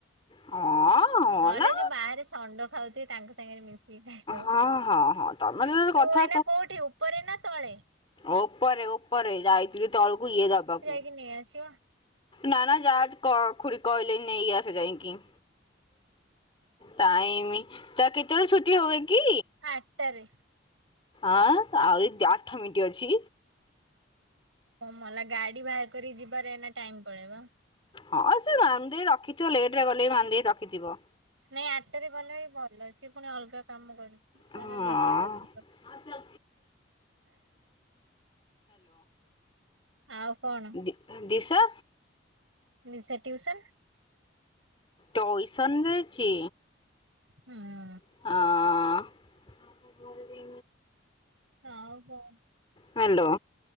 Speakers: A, on the left (about 25°); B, on the right (about 85°).
A: ହଁ ହଁ
B: ନହେଲେ
A: ନା
B: ଯୋଉ ବାହାରେ ଷଣ୍ଡ ଖାଉଥିବେ ତାଙ୍କ ସାଙ୍ଗରେ ମିଶି କି ଖାଇଦବ,
A: ହଁ ହଁ ହଁ ତମେ ତ
B: ତୁ
A: କଥା
B: ଏନା କୋଉଠି ଉପରେ ନା ତଳେ?
A: ଓପରେ ଓପରେ ଯାଇଥିଲି ତଳକୁ ଇଏ ଦବାକୁ।
B: କି ନେଇ ଆସିବ?
A: ନା ନା ଯାହା କ ଖୁଡି କହିଲେ ନେଇ ଆସେ ଯାଇକି। ଟାଇମ ତା କେତେବେଳେ ଛୁଟି ହୁଏ କି?
B: ଆଟ ଟାରେ।
A: ଆଁ ଆହୁରି ଆଠମିଟି ଅଛି।
B: ଓଁ ମଲା ଗାଡି ବାହାର କରି ଯିବାରେ ଏନା ଟାଇମ ପଳେଇ ବ।
A: ହଁ ସେ ମାନ୍ ଦେଇ ରଖିଥିବ ଲେଟ ରେ ଗଲେ ବି ମାନ୍ ଦେଇ ରଖିଥିବ।
B: ନାଇଁ ଆଟଟାରେ ଗଲେ ବି ଭଲ, ସେ ପୁଣି ଅଲଗା କାମ କରିବ।
A: ହଁ।
B: ତାର ରୋଷେଇ ବାସ କରେ
A: ହ୍ୟାଲୋ
B: ଆଉ କଣ
A: ଦି ଦିଶା।
B: ନିଶା ଟିୟୁସନ୍
A: ଟଇସନ ଯାଇଛି।
B: ହୁଁ।
A: ହଁ।
B: ହଁ ବ
A: ହ୍ୟାଲୋ।